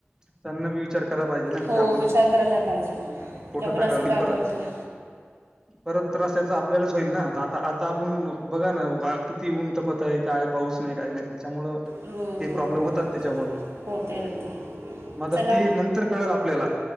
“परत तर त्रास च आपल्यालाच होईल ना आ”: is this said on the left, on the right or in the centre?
Right